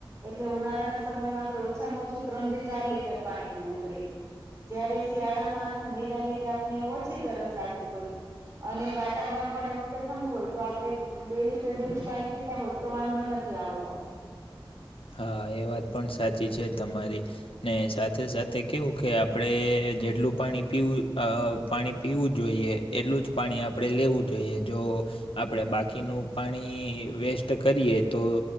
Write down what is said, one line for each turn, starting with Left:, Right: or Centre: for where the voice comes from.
Right: એટલે ઉનાળાના સમયમાં આપડણે ઓછામાં ઓછું ત્રણ થી ચાર લીટર પાણી પીવું જોઈએ. જયારે શિયાળા માં ઠંડી ના લીધે આપને ઓછી તરસ લાગતી હોય. અને વાતાવરણ પણ એ વખતે ઠંડુ હોય. તો આપડે બે લીટર જેટલું પાણી પીતા હોય તો વાંધો નથી આવતો.
Left: હા એ વાત પણ સાચી છે તમારી, ને સા થે સાથે કેવું કે આપણે જેટલું પાણી પીવું અ પાણી પીવું જોઈએ એટલું જ પાણી આપણે લેવું જોઈએ જો આપણે બાકીનું પાણી વેસ્ટ કરીએ તો